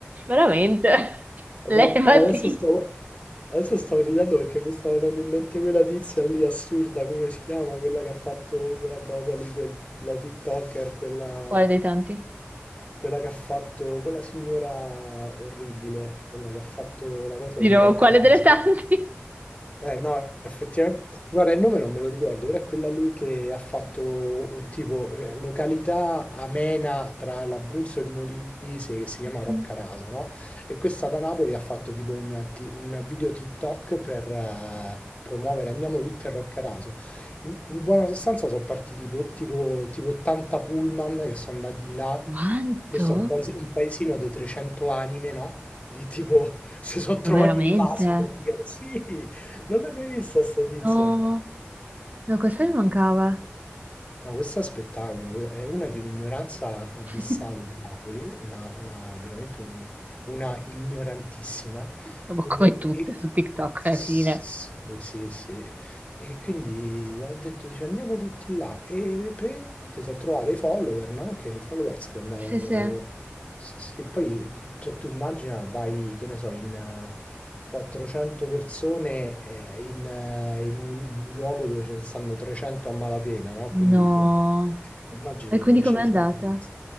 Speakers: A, on the right (about 35°); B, on the left (about 30°).
A: Veramente? <laughs> Levati.
B: No, adesso stavo, adesso stavo ridendo perché mi stava venendo in mente quella tizia lì assurda, come si chiama? Quella che ha fatto quella cosa lì, quel- la TikToker, quella,
A: Quale dei tanti?
B: quella che ha fatto, quella signora orribile, quella che ha fatto la cosa
A: Di
B: di
A: nuovo,
B: Rocca
A: quale
B: Raso.
A: delle tanti?
B: Eh no, effettivamente. Guarda, il nome non me lo ricordo, però è quella lì che ha fatto un tipo eh, località amena tra l'Abruzzo e il Molise che si chiama
A: <laughs>
B: Roccaraso, no? E questa da Napoli ha fatto tipo un, ti- un video TikTok per eh, promuovere andiamo tutti a Roccaraso. In, in buona sostanza sono partiti tipo, tipo, tipo 80 pullman che sono andati là.
A: Quanto?
B: Questo è un, paesi- un paesino di 300 anime, no? Di tipo <laughs> si sono
A: Ma
B: trovati
A: veramente?
B: invasi praticamente. Sì. Non l'hai mai vista sta tizia?
A: No, no, questa mi mancava.
B: No, questo è spettacolo, è una di un'ignoranza abissale
A: <laughs>
B: di Napoli, una, una- veramente un- una ignorantissima.
A: Ma
B: E,
A: come tutte
B: e-
A: su TikTok
B: sì,
A: alla fine.
B: sì, sì. E quindi ho detto, dice, andiamo tutti là. E praticamente si è trovato i follower, no? Che i followers che andavano...
A: Sì, sì.
B: Sì, sì, poi cioè, tu immagina, vai, che ne so, in eh, 400 persone eh, in, eh, in un, un luogo dove ce ne stanno 300 a malapena, no?
A: No.
B: Quindi, cioè, ti immagini,
A: E quindi
B: non c'hai
A: com'è andata?
B: servizi.